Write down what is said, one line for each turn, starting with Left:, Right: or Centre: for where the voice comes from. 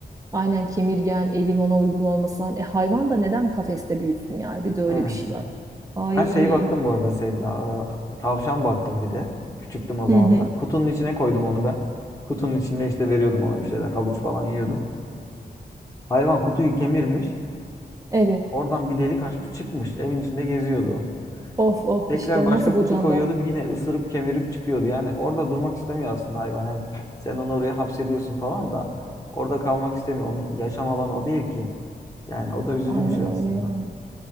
Right: Aynen kemirgen, evin ona uygun olmasan. E hayvan da neden kafeste büyüsün yani? Bir de öyle
Left: Evet.
Right: bir şey var. Ay.
Left: Ben şeyi baktım bu arada Sevda. aa, Tavşan baktım bir de. Küçüktüm o zaman
Right: Hı hı.
Left: da. Kutunun içine koydum onu ben. Kutunun içinde işte veriyordum ona bir şeyler. Havuç falan yiyordum. Hayvan kutuyu kemirmiş.
Right: Evet.
Left: Oradan bir delik açmış çıkmış. Evin içinde geziyordu. <laughs>
Right: Of of
Left: Tekrar
Right: işte
Left: başka
Right: nasıl bulacaksın
Left: kutu koyuyordum.
Right: da?
Left: Yine ısırıp kemirip çıkıyordu. Yani orada durmak istemiyor aslında hayvan. Yani sen onu oraya hapsediyorsun falan da orada kalmak istemiyor. Onun yaşam alanı o değil ki. Yani o da üzücü
Right: Aynen
Left: bir şey aslında.
Right: öyle ya.